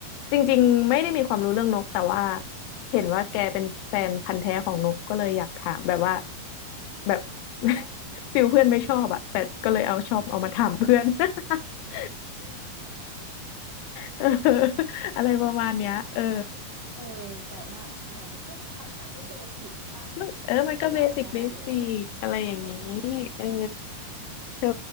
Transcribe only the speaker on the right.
เออแต่ว่าเหมือนก็คำถามก็เบสิกป่ะ
ซึ่งตอบได้เลยเออ